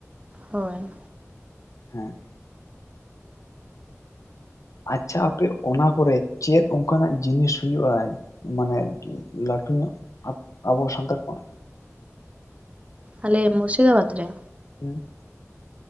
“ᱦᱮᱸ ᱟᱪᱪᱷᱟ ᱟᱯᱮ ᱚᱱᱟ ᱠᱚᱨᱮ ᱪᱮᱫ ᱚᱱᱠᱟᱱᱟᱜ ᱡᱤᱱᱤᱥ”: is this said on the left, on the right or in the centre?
Left